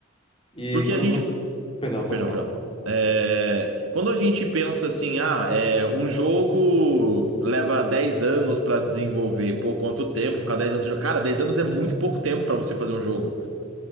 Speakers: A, on the left; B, on the right.
A: E
B: Porque
A: quando
B: a gente
A: você. Perdão, pode
B: Perdão,
A: falar.
B: perdão. É, quando a gente pensa assim, ah, é, um jogo leva 10 anos pra desenvolver, pô, quanto tempo? Ficar dez anos. sem jogar? Cara, dez anos é muito pouco tempo pra você fazer um jogo.